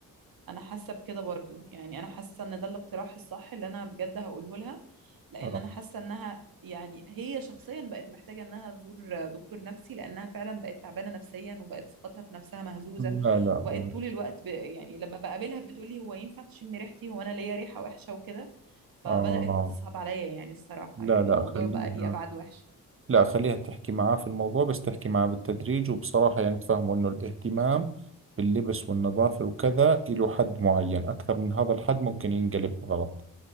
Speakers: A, on the right (about 65°); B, on the right (about 35°).
A: انا حاسه بكده برضو يعني انا حاسه ان ده الاقتراح الصح اللي انا بجد هقوله لها لان
B: آه.
A: انا حاسه انها يعني هي شخصيا بقت محتاجه انها تزور دكتور نفسي لانها فعلا بقت تعبانه نفسيا وبقت ثقتها في نفسها مهزوزه
B: لا لا بالعكس
A: وبقت طول الوقت ب... يعني لما بقابلها بتقولي هو ينفع تشم ريحتي هو انا ليا ريحه وحشه وكده فبدات
B: آه
A: بتصعب عليا يعني الصراحه
B: لا
A: يعني
B: لا
A: الموضوع
B: خليها
A: بقى ليه ابعد وحش
B: لا خليها تحكي معاه في الموضوع بس تحكي معاه بالتدريج وبصراحة يعني تفهمه إنه الاهتمام باللبس والنظافة وكذا له حد معين أكثر من هذا الحد ممكن ينقلب غلط